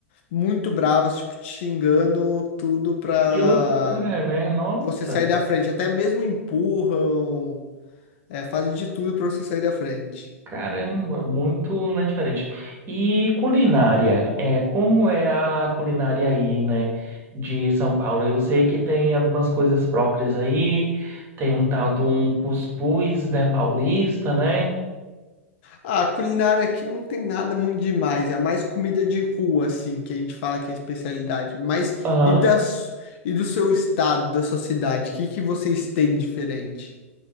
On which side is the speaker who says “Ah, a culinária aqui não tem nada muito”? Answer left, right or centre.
Left